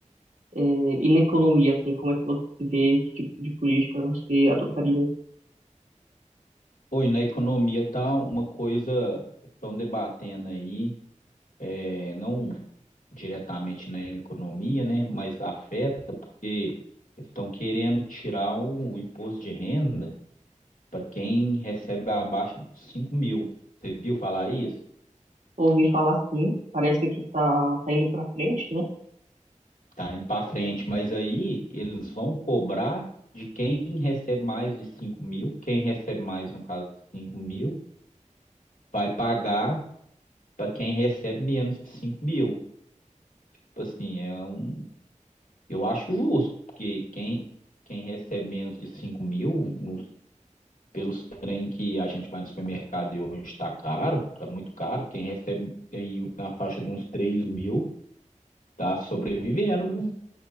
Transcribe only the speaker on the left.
Oi, na economia tá uma coisa que estão debatendo aí, é, não diretamente na economia, né? Mas afeta porque estão querendo tirar o imposto de renda para quem recebe abaixo de 5 mil. Você viu falar isso?
tá indo para frente, mas aí eles vão cobrar de quem recebe mais de 5 mil, quem recebe mais, no caso de 5 mil, vai pagar para quem recebe menos de 5 mil. Tipo Assim, é um, eu acho justo, porque quem, quem recebe menos de 5 mil, nos, pelos trem que a gente vai no supermercado e hoje está caro, está muito caro, quem recebe aí na faixa de uns 3 mil, tá sobrevivendo, viu?